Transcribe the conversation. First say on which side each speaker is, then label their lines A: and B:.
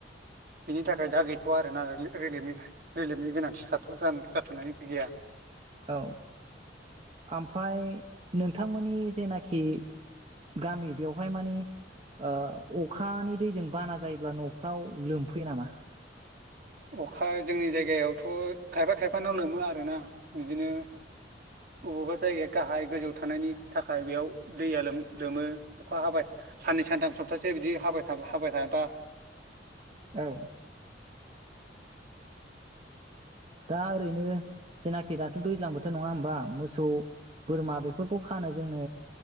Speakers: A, on the right; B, on the right.
A: बिनि थाखाय दा गैथवा आरोना रिलि-रिलिफनि रिलिफनि गोनांथि थाथ जाथनाय गैया।
B: औ आमफाय नोंथांमोननि जेनाखि गामि बेवहाय मानि ओ अखानि दैजों बाना जायोब्ला नफ्राव लोमफैयो नामा?
A: अखा जोंनि जायगायावथ' खायफा खायफानाव लोमो आरोना। बिदिनो अबावबा जायगाया गाहाय गोजौ थानायनि थाखाय बेयाव दैया लोम-लोमो अखा हाबाय साननै सानथाम सप्तासे बिदि हाबाय थाबा हाबाय थाबा।
B: औ दा ओरैनो जेनाखि दाथ' दैज्लां बोथोर नङा होमबा। मोसौ बोरमा बेफोरखौ खानो जोंनो